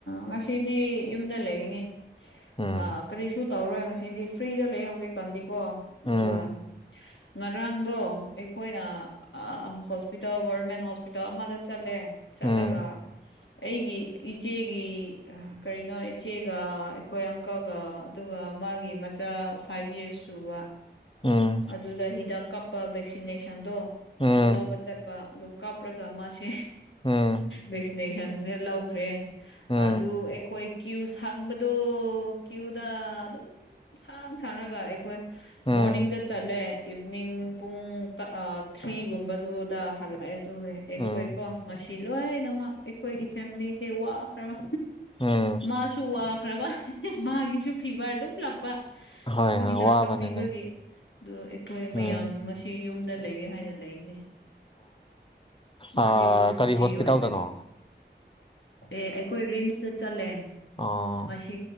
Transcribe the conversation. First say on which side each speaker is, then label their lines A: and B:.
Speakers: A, on the left; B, on the left.
A: ꯉꯁꯤꯗꯤ ꯌꯨꯝꯗ ꯂꯩꯒꯅꯤ
B: ꯎꯝ
A: ꯑ ꯀꯔꯤꯁꯨ ꯇꯧꯔꯣꯏ ꯉꯁꯤꯗꯤ ꯐ꯭ꯔꯤꯗ ꯂꯩ ꯍꯧꯖꯤꯛꯀꯥꯟꯗꯤ ꯀꯣ
B: ꯎꯝ
A: ꯑꯗꯨꯒ ꯉꯔꯥꯡꯗꯣ ꯑꯩꯈꯣꯏꯅ ꯍꯣꯁꯄꯤꯇꯥꯜ ꯒꯣꯔꯔꯃꯦꯟ ꯍꯣꯁꯄꯤꯇꯥꯜ ꯑꯃꯗ ꯆꯠꯂꯦ ꯆꯜꯂꯒ
B: ꯎꯝ
A: ꯑꯩꯒꯤ ꯏꯆꯦꯒꯤ ꯀꯔꯤꯅꯣ ꯏꯆꯦꯒ ꯑꯩꯈꯣꯏ ꯑꯪꯀꯒ ꯑꯗꯨꯒ ꯃꯥꯒꯤ ꯃꯆꯥ ꯐꯥꯏꯚ ꯌꯔꯁ ꯁꯨꯕ
B: ꯎꯝ
A: ꯑꯗꯨꯗ ꯍꯤꯗꯥꯛ ꯀꯞꯄ ꯚꯦꯛꯁꯤꯅꯦꯁꯟꯗꯣ
B: ꯎꯝ
A: ꯑꯗꯨ ꯂꯧꯕ ꯆꯠꯄ ꯑꯗꯨ ꯀꯥꯞꯄ꯭ꯔꯒ ꯃꯁꯦ
B: ꯎꯝ
A: ꯚꯦꯛꯁꯤꯅꯦꯁꯟꯁꯤꯅ ꯂꯧꯈ꯭ꯔꯦ
B: ꯎꯝ
A: ꯑꯗꯨ ꯑꯩꯈꯣꯏ ꯀ꯭ꯌꯨꯁ ꯍꯪꯕꯗꯣ ꯀ꯭ꯨ ꯗ ꯑꯗꯨꯝ ꯁꯥꯡ ꯁꯥꯡꯔꯒ ꯑꯩꯈꯣꯏ
B: ꯎꯝ ꯎꯝ
A: ꯃꯣꯔꯅꯤꯡꯗ ꯆꯠꯂꯦ ꯏꯚꯅꯤꯡ ꯄꯨꯡ ꯊ꯭ꯔꯤꯒꯨꯝꯕꯗꯨꯗ ꯍꯜꯂꯛꯑꯦ ꯇꯋꯦ ꯑꯩꯈꯣꯏꯀꯣ
B: ꯎꯝ
A: ꯉꯁꯤ ꯂꯣꯏꯅꯃꯛ ꯑꯩꯈꯣꯏꯒꯤ ꯐꯦꯃꯤꯂꯤꯁꯦ ꯋꯥꯈ꯭ꯔꯕ
B: ꯎꯝ
A: ꯃꯥꯁꯨ ꯋꯥꯈ꯭ꯔꯕ ꯃꯥꯒꯤꯁꯨ ꯐꯤꯚꯔ ꯑꯗꯨꯝ ꯂꯥꯛꯄ
B: ꯍꯣꯏ
A: ꯑꯗꯨ
B: ꯍꯣꯏ
A: ꯍꯤꯗꯥꯛ
B: ꯋꯥꯕꯅꯤꯅꯦ
A: ꯀꯥꯞꯄꯤꯕꯒꯤ ꯑꯗꯨ ꯑꯩꯈꯣꯏ
B: ꯎꯝ
A: ꯃꯌꯥꯝ ꯉꯁꯤ ꯌꯨꯝꯗ ꯂꯩꯒꯦ ꯍꯥꯏꯅ ꯂꯩꯅꯦ ꯃꯥꯒꯤꯁꯨ
B: ꯑꯥ
A: ꯁꯨꯇꯤ
B: ꯀꯔꯤ ꯍꯣꯁꯄꯤꯇꯥꯜꯗꯅꯣ
A: ꯑꯣꯏꯕꯒꯤ ꯑꯦ ꯑꯩꯈꯣꯏ ꯔꯤꯝꯁꯇ ꯆꯠꯂꯦ
B: ꯑꯣ
A: ꯃꯁꯤ